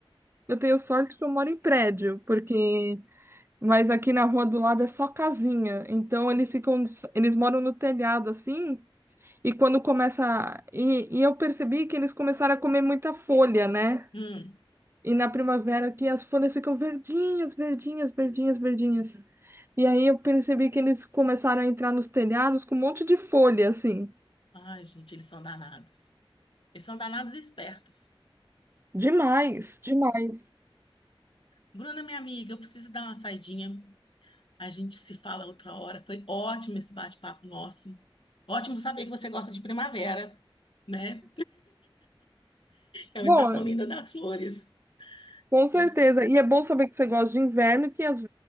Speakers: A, on the right (about 25°); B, on the left (about 65°).
A: eu tenho sorte que eu moro em prédio, porque Mas aqui na rua do lado é só casinha. Então eles ficam, eles moram no telhado assim, e quando começa a- e, e eu percebi que eles começaram a comer muita folha, né?
B: Hum.
A: E na primavera aqui as folhas ficam verdinhas, verdinhas, verdinhas, verdinhas. E aí eu percebi que eles começaram a entrar nos telhados com um monte de folha assim.
B: Ai, gente, eles são danados. Eles são danados e espertos.
A: Demais, demais.
B: Bruna, minha amiga, eu preciso dar uma saidinha. A gente se fala outra hora. Foi ótimo esse bate-papo nosso. Ótimo saber que você gosta de primavera, né? É uma
A: Bom,
B: estação linda das flores.
A: com certeza.
B: né?
A: E é bom saber que você gosta de inverno, que às,